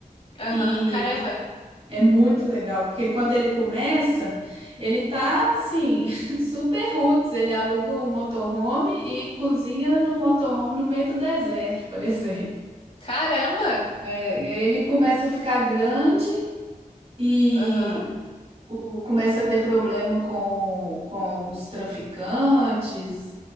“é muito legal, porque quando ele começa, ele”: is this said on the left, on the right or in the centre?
Right